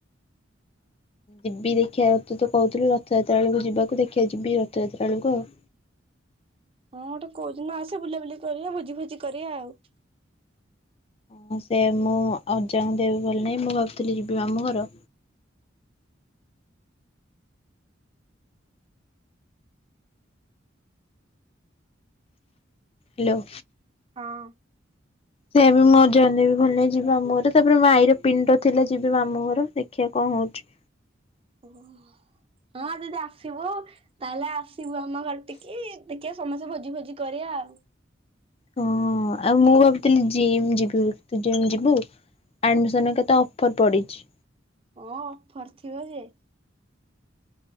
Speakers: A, on the left (about 30°); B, on the right (about 30°).
A: ଯିବି ଦେଖିଆ ରଥ ତୁ ତ କହୁଥିଲୁ ରଥଯାତ୍ରା ବେଳକୁ ଯିବାକୁ ଦେଖିଆ ଯିବି ରଥଯାତ୍ରା ବେଳକୁ ଆଉ।
B: ହଁ ଗୋଟେ କୋଉଦିନ ଆସେ ବୁଲାବୁଲି କରିବା ଭୋଜି ଫୋଜି କରିବା ଆଉ।
A: ହଁ ସେ ମୁଁ ଅଜାଙ୍କ ଦେହ ବି ଭଲ ନାହିଁ ମୁଁ ଭାବୁଥିଲି ଯିବି ମାମୁଁ ଘର ହ୍ୟାଲୋ।
B: ହଁ।
A: ସେ ବି ମୋ <unintelligible> ବିି ଭଲ ନାଇଁ ଯିବା ମୋର ତାପରେ ମୋ ଆଈର ପିଣ୍ଡ ଥିଲା ଯିବି ମାମୁଁ ଘର ଦେଖିବା କଣ ହଉଛି।
B: ଓ ହୋ ହଁ ଦିଦି ଆସିବୁ ତାହେଲେ ଆସିବୁ ଆମ ଘଟିକି ଦେଖିବା ସମସ୍ତେ ଭୋଜି ଭୋଜି କରିବା ଆଉ।
A: ହଁ ଆଉ ମୁଁ ଭାବୁଥିଲି ଯିମ୍ ଯିବି ବୋଲି ତୁ ଯିମ୍ ଯିବୁ। ଆଡ଼ମିସନ କେତେ ଅଫର୍ ପଡ଼ିଛି‌।
B: ହଁ ଅଫର ଥିବ ଯେ